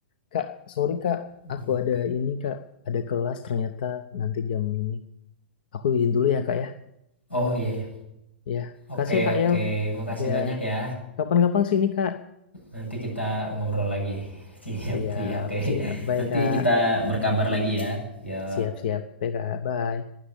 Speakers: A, on the left (about 55°); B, on the left (about 85°).
A: Kak, sorry, Kak.
B: Mhm.
A: Aku ada ini, Kak. Ada kelas ternyata nanti jam ini. Aku izin dulu ya, Kak, ya.
B: Oh, iya ya.
A: Ya.
B: Oke
A: Kasih, ya, Kak,
B: oke,
A: ya.
B: makasih
A: Ya.
B: banyak ya.
A: Kapan-kapan sini, Kak.
B: Nanti kita ngobrol lagi. <laughs> Siap
A: Siap,
B: siap, oke.
A: siap. Bye,
B: Nanti
A: Kak.
B: kita berkabar lagi ya. Ya.
A: Siap, siap. Bye, Kak. Bye.